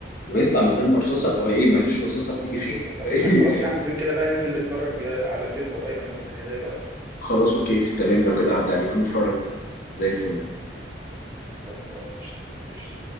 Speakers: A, on the left (about 55°); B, on the right (about 15°).
A: ويطلع من غير مرصصه هو ايه ما فيش رصاصه
B: بالظبط
A: بتيجي فيه
B: بالظبط
A: <laughs>
B: عندك
A: ايه
B: حق خلاص يا عم زين كده بقى ننزل نتفرج آه، على فيلم قريب انا وانت كده ايه رايك
A: خلاص اوكي تمام لو كده عدى عليكم نتفرج زي الفل
B: خلصانه قشطه قشطة.